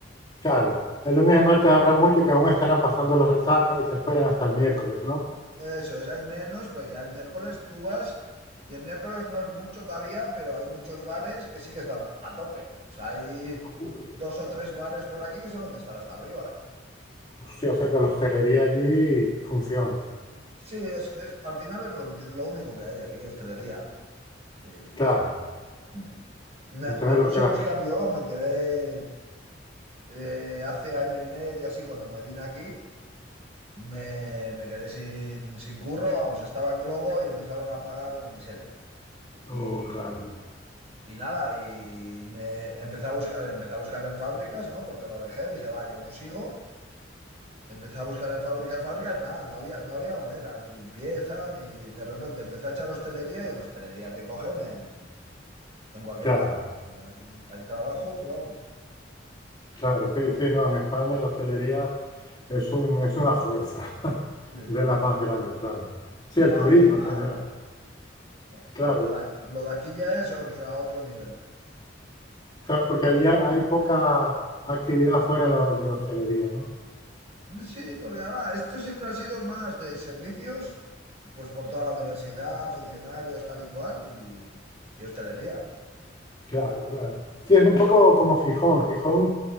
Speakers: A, on the left; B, on the right.
A: claro. El lunes y el martes habrá mucho, que aún estarán pasando la resaca y se esperan hasta el miércoles, ¿no?
B: Eso es, hay menos, pero ya el miércoles tú vas, y el miércoles no es mucho todavía, pero hay muchos bares que sí que están a tope. O sea, hay
A: Ju-
B: dos o tres bares por aquí que suelen estar hasta arriba.
A: hostia, o sea que la hostelería allí funciona.
B: Sí, es, es, al final es lo, lo único que hay aquí, hostelería. Sí.
A: Claro.
B: pf, mm. Me,
A: Y entonces
B: me puse
A: lo que la...
B: a buscar yo, me quedé eh, hace año y medio así cuando me vine aquí, me, me quedé sin, sin curro, vamos, estaba en Globo y empezaron a pagar una miseria. Y,
A: Oh, claro,
B: Y nada, y me empecé a buscar, empecé a buscar en fábricas, ¿no? Porque lo dejé, dije, va, yo no sigo. Empecé a buscar en fábricas, fábricas, nada, no había, no había manera, ni limpieza, ni de repente empecé a echar hostelería y en hostelería te cogen en, en cualquier
A: claro.
B: lado. O sea, hay, hay trabajo que vamos.
A: Claro, sí, sí, no, en España la hostelería es un, es una fuerza <laughs>
B: Sí,
A: de
B: bueno.
A: las más grandes, claro. Sí,
B: Sí,
A: el
B: no,
A: turismo
B: y aquí más,
A: en general,
B: que lo,
A: claro,
B: lo- lo de, ac- lo de aquí ya es o sea, otro nivel.
A: claro, porque allí ha- hay poca actividad fuera de la, de la hostelería, ¿no?
B: Sí, porque además, esto siempre ha sido más de servicios, pues por toda la universidad, funcionarios, tal y cual, y, y hostelería.
A: Claro, claro. Sí, es un poco como Gijón. Gijón,